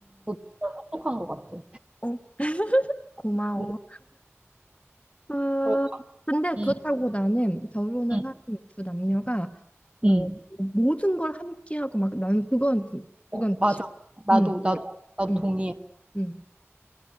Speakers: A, on the right (about 25°); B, on the left (about 25°).
A: 어, 진짜 똑똑한 것 같아.
B: 어, 고마워.
A: 뭐,
B: 그,
A: 어,
B: 근데
A: 음,
B: 그렇다고 나는 결혼을
A: 음,
B: 한 두 남녀가 어,
A: 음.
B: 모든 걸 함께 하고 막 나는 그건
A: 어,
B: 그건
A: 맞아.
B: 싫어.
A: 나도,
B: 응,
A: 나도, 나도
B: 응,
A: 동의해.
B: 응,